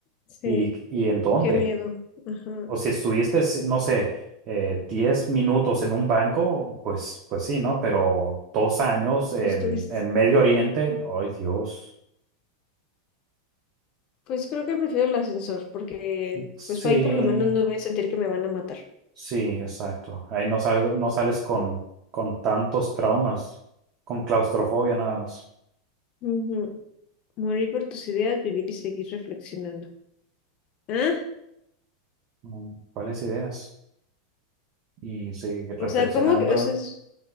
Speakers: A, on the left (about 35°); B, on the right (about 40°).
A: sí,
B: ¿Y, y en dónde?
A: qué miedo. Ajá.
B: O si estuviste, si, no sé, eh, 10 minutos en un banco, pues, pues sí, ¿no? Pero dos años en,
A: Tú Estuviste
B: en Medio Oriente, ¡ay Dios!
A: Pues creo que prefiero el ascensor, porque
B: Sí,
A: pues ahí por lo menos no voy a sentir que me van a matar.
B: sí, exacto. Ahí no, sal no sales con, con tantos traumas, con claustrofobia nada más.
A: Ujú. Morir por tus ideas, vivir y seguir reflexionando. ¿Ah?
B: Mm, ¿Cuáles ideas? Y sigue reflexionando,
A: O sea, ¿cómo que? O sea, es,